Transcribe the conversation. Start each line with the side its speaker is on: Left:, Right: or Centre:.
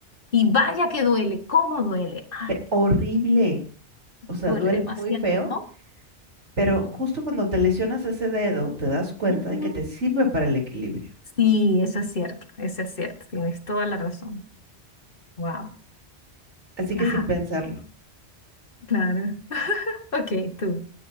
Left: Y vaya que duele, ¿cómo duele? Ay,
Right: Pe-
Left: Dios
Right: horrible.
Left: mío,
Right: O sea,
Left: duele
Right: duele
Left: demasiado,
Right: muy feo.
Left: ¿no?
Right: Pero justo cuando te lesionas ese dedo, te das cuenta
Left: Ujú.
Right: de que te sirve para el equilibrio.
Left: Sí, eso es cierto, eso es cierto, tienes toda la razón. Wow,
Right: Así que
Left: ajá,
Right: sin pensarlo.
Left: claro. <laughs> Ok, tú.